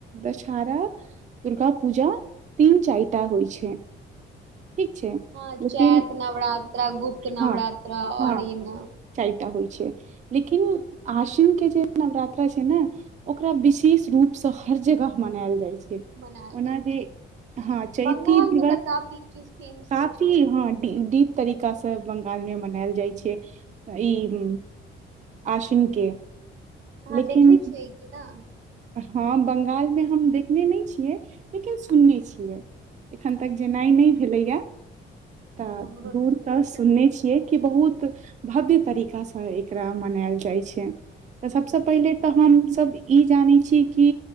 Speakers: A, on the right; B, on the right.
A: दस सारा। <unintelligible> दुर्गा पूजा तीन चार होइ छै ठीक छै
B: हँ
A: लेकिन
B: चैत नवरात्रा गुप्त नवरात्रा
A: हँ
B: आओर
A: -हँ
B: ई
A: -ह
B: न
A: चारितटा होइ छै लेकिन आश्विन के। जे नवरात्रा छै ने ओकरा विशेष रूप से हर जगह मनायल जाय छै। <unintelligible>
B: मनायल
A: ओना
B: जाइ
A: जे
B: छै
A: हँ -चेैत
B: बंगाल
A: दवस
B: मे तऽ काफी चीज फेमसो
A: काफी
B: छै
A: हँ दीप। तरीका से बंगाल मे मनायल जाय छै। ई। <unintelligible> अशिन के। <unintelligible>
B: अहाँ
A: लेकिन
B: देखे छियै कि न। <unintelligible>
A: हँ बंगालमे हम देखने नहि छियै लेकिन सुनने छियै। <unintelligible> एखन
B: हँ
A: तक जेनाइ नहि भेलैएा। <unintelligible> तऽ
B: हमरो नहि
A: -दूर
B: भेलै
A: तऽ सुनने छियै कि बहुत। बहु भव्य तरीकासँ एकरा मनायल जाइ छै। <unintelligible> तऽ
B: हँ
A: सबसँ पहिले तऽ हम। <unintelligible> तब ई। <unintelligible> जानै छी कि